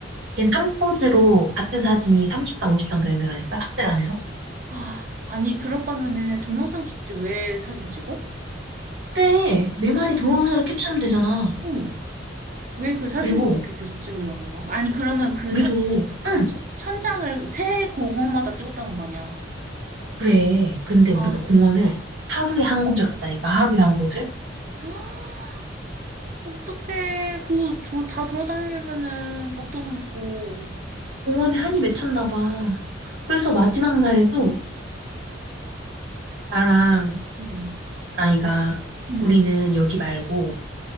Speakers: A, on the right; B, on the right.
A: 걔는 한 포즈로 같은 사진이 30장, 50장 되는 애라니까, 삭제를 안 해서.
B: 아 아니 그럴 거면은 동영상 찍지 왜 사진 찍어?
A: 그래, 내 말이 동영상에서 캡처하면 되잖아.
B: 응 왜 그 사진을
A: 그리고
B: 그렇게 계속 찍으려 하는 거야? 아니 그러면 그
A: 우리도,
B: 사,
A: 응,
B: 어, 천- 천장을 새 공원마다 찍었다는 거 아니야.
A: 그래. 근데
B: 아,
A: 우리가 공원을 하루에 한 곳을 갔다니까, 하루에 한 곳을.
B: <gasps> 어떡해. 그거 도- 다 돌아다니려면은 밥도 못 먹고.
A: 공원에 한이 맺혔나 봐. 그래서 마지막 날에도 나랑
B: 응,
A: 라이가
B: 응.
A: 우리는 여기 말고